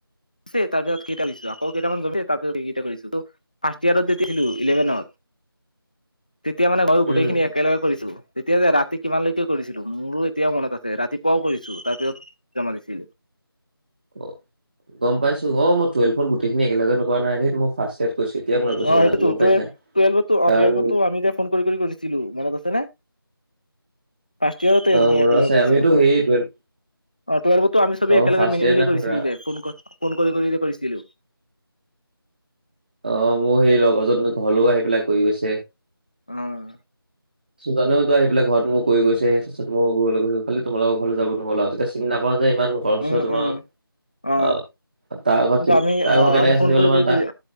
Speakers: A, on the left (about 20°); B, on the right (about 25°).
A: ছে তাৰ পিছত কেইটা লিখিছোঁ আকৌ কেইটামান জমিছে তাৰ পিছত কেইটা কৰিছো টো ফাৰ্ষ্ট ইয়েৰত যে আহিলোঁ ইলেভেনত তেতিয়া মানে মইয়ো গোটেই
B: উম,
A: খিনি একেলগে কৰিছো, তেতিয়া যে ৰা- তি কিমান লৈকে কৰিছিলো, মোৰো এতিয়াও মনত আছে, ৰাতিপুৱাও কৰিছো, তাৰপিছত জমা দিছিলো।
B: অ', গম পাইছো অ', মই টুৱেলভত গোটেইখিনি একেলগে ন কৰা নাই ধেট, মোৰ ফাৰ্ষ্ট ইয়েৰত কৰিছোঁ এতিয়া মনত পৰিছে
A: অ',
B: কথাটো
A: সেইটোতো
B: গম পাইছা,
A: টুৱেলভ টেলভোটো অ',
B: কাৰণ
A: টুৱেলভোটো আমি এয়া ফোন কৰি কৰি কৰিছিলো মনত আছে নে? ফাৰ্ষ্ট ইয়াৰতে
B: অ
A: তুমি
B: মনত
A: একেলগে
B: আছে
A: কৰিছিলা
B: আমিতো
A: চব।
B: হেৰি টুৱেল
A: অ', টোৱেলভটো আমি চবেই
B: অ
A: একেলগে
B: ফাৰ্ষ্ট
A: মিলি
B: ইয়াৰ
A: মিলি
B: দিনাখন
A: কৰিছিলো
B: ৰা
A: যে, ফোন ক ফোন কৰি কৰি যে কৰিছিলো
B: অ', মোৰ সেই লগৰজন ঘৰলো আহি পেলাই কৰি গৈছে
A: ওম
B: সুজানেওটো তো আহি পেলাই ঘৰত মোৰ কৰি গৈছে, তা পিছত মইয়ো ঘৰলে গৈছো, খালি তোমালোকৰ ঘৰলে যাব নহ'ল আও তেতিয়া চিনি নাপাওঁ যে ইমান সেইবছৰ
A: উম
B: তোমাক
A: উম অ
B: আহ তাৰ ঘৰ
A: কিন্তু আমি
B: তাৰ
A: অ
B: ঘৰ কেনেকে
A: আমি ফোন
B: চিনি
A: কৰি
B: পালো
A: কৰি
B: মানে
A: কৰি
B: তাক